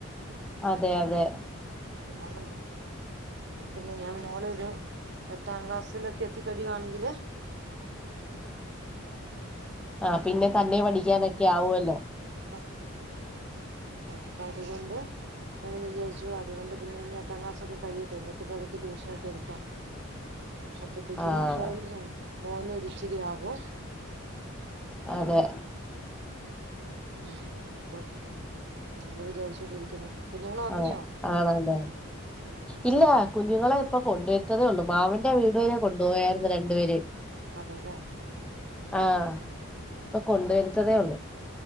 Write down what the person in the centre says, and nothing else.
അതെ അതെ
ആ പിന്നെ തന്നെ പഠിക്കാനൊക്കെ ആവുവല്ലോ
ആഹ്
അതെ
ആഹ് ആണല്ലേ
ഇല്ല കുഞ്ഞുങ്ങളെ ഇപ്പൊ കൊണ്ടുവരുത്തതേ ഒള്ളൂ മാമന്റെ വീട് വരെ കൊണ്ടുപോയായിരുന്നു രണ്ടുപേരേം
ആ
ഇപ്പൊ കൊണ്ടുവരുത്തതേ ഒള്ള്